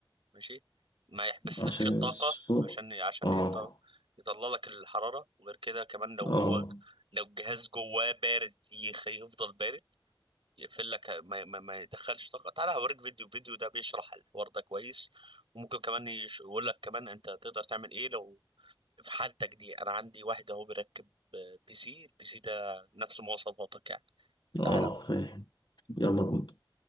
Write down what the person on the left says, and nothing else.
عشان
السوق
آه
آه
آه
فاهم يلا بينا